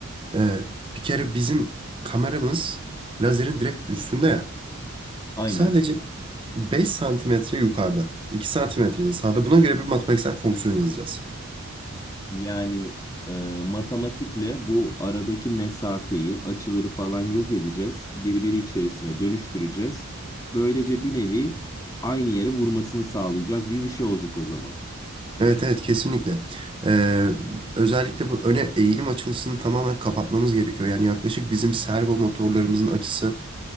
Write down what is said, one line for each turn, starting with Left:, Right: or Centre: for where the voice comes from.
Right: Ee, bir kere bizim kameramız lazerin direkt üstünde ya.
Left: Aynen.
Right: Sadece 5 santimetre yukarıda. 2 santimetrede sağda. Buna göre bir matematiksel fonksiyon yazacağız.
Left: Yani e, matematikle bu aradaki mesafeyi, açıları falan yok edeceğiz. Birbiri içerisine dönüştüreceğiz. Böylece bir nevi aynı yere vurmasını sağlayacağız gibi bir şey olacak o zaman.
Right: Evet evet kesinlikle. Ee, özellikle bu öne eğilim açısını tamamen kapatmamız gerekiyor. Yani yaklaşık bizim servo motorlarımızın açısı